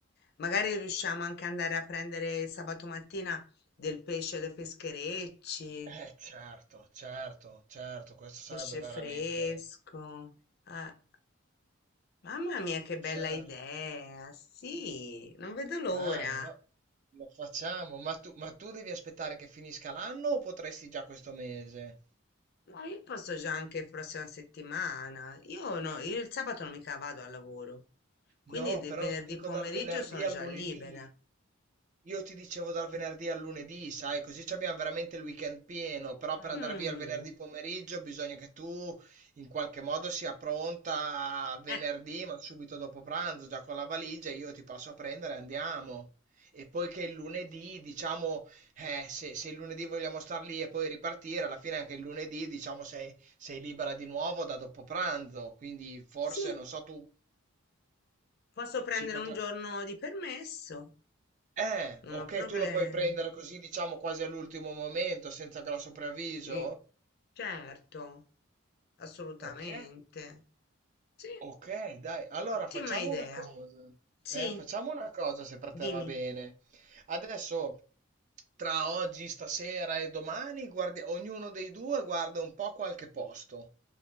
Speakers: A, on the left; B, on the right.
A: magari riusciamo anche ad andare a prendere sabato mattina del pesce dai pescherecci,
B: Eh, certo, certo, certo, questo sarebbe
A: pesce
B: veramente...
A: fresco. Ah, mamma mia, che bella
B: Certo.
A: idea! Sì, non vedo l'ora.
B: Dai, lo, lo facciamo, ma tu, ma tu devi aspettare che finisca l'anno o potresti già questo mese?
A: No, io posso già anche prossima settimana. Io no, io il sabato non mica vado al lavoro, quindi
B: No,
A: del
B: però
A: venerdì
B: ti dico
A: pomeriggio
B: dal venerdì
A: sono
B: al
A: già
B: lunedì.
A: libera.
B: Io ti dicevo dal venerdì al lunedì, sai, così ci abbiamo veramente il weekend pieno, però
A: Mm,
B: per andare via il venerdì pomeriggio bisogna che tu in qualche modo sia pronta venerdì,
A: eh,
B: ma subito dopo pranzo, già con la valigia, io ti passo a prendere e andiamo. E poi che il lunedì, diciamo, eh, se, se il lunedì vogliamo star lì e poi ripartire, alla fine anche il lunedì, diciamo, sei, sei libera di nuovo da dopo pranzo, quindi forse,
A: sì,
B: non so, tu
A: posso prendere
B: si potrà...
A: un giorno di permesso,
B: Eh,
A: non
B: ok,
A: ho problemi.
B: tu lo puoi prendere così, diciamo, quasi all'ultimo momento, senza grosso preavviso?
A: Sì, certo, assolutamente.
B: Ok,
A: Sì,
B: ok, dai. Allora
A: ottima
B: facciamo
A: idea.
B: una cosa.
A: Sì,
B: Eh, facciamo una cosa se per te
A: dimmi.
B: va bene. Adesso, tra oggi, stasera e domani, guardi- ognuno dei due guarda un po' qualche posto.